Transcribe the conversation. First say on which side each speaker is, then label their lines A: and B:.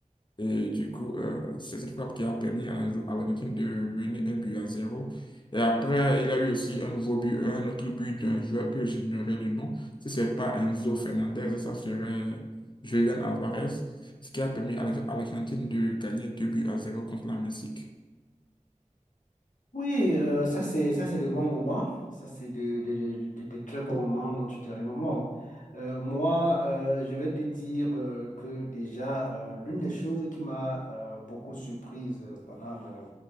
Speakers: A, on the left; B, on the left.
A: Et du coup, euh, c'est cette frappe qui a permis à l'Ar- à l'Argentine de mener un but à zéro. Et après, il y a eu aussi un nouveau but, un autre but d'un joueur que j'ignorais le nom. Si ce n'est pas Enzo Fernandez, ça serait Julian Alvarez, ce qui a permis à l'Ar- à l'Argentine de gagner deux buts à zéro contre la Mexique.
B: Oui, euh, ça c'est ça c'est le bon moment. Ça c'est de, de, de, de- de très bons moments dont tu te remémores. Euh, moi, euh, je vais te dire euh, que déjà, euh, l'une des choses qui m'a euh, beaucoup surprise euh, pendant euh,